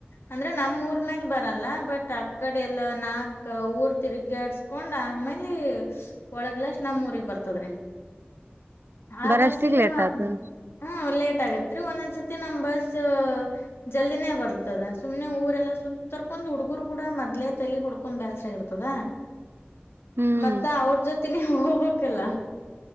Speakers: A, on the left; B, on the right.
A: ಅಂದ್ರೆ ನಮ ಊರ್ ಮೇಲ್ ಬರಲ್ಲ ಬಟ್ ಆಕಡೆ ಎಲ್ಲ ನಾಕ್ ಊರ್ ತಿರ್ಗಾಡ್ ಹಕೊಂಡ ಆಮೇಲಿ ಒಳಗ್ ಗ್ಲಾಸ್ ನಮೋರಿಗ್ ಬರ್ತದ್ರೀ ಆ
B: ಬರಷ್ಟಿಗ್
A: ಬಸ್ಸಿಗ
B: ಲೇಟ್ ಆತದ
A: ಹ ಲೇಟ್ ಆಗತ್ರಿ ಒಂದೊಂದ್ಸತಿ ನಮ್ ಬಸ್ ಜಲ್ದಿನೇ ಬರ್ತದ ಸುಮ್ನೆ ಊರೆಲ್ಲಾ ಸುತ್ತ ತರ್ಕೊಂಡ್ ಹುಡ್ಗರು ಕೂಡ ಮೊದ್ಲೆ ತಲಿ ಹಡ್ಕ ಕೊಂಡ ಬ್ಯಸ್ರ ಆಗರ್ತದ
B: ಹ್ಮ್
A: ಮತ್ತ ಅವ್ರ ಜೊತೆ ನೀ ಹೋಗ್ಬೇಕಕ್ಲ್ಲ